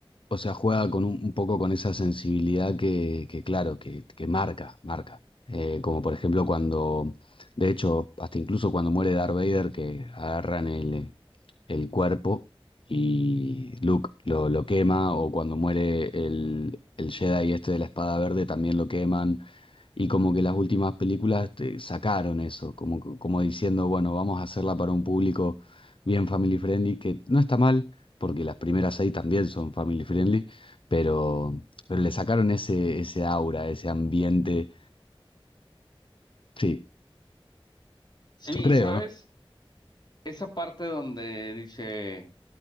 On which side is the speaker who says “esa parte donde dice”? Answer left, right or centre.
Left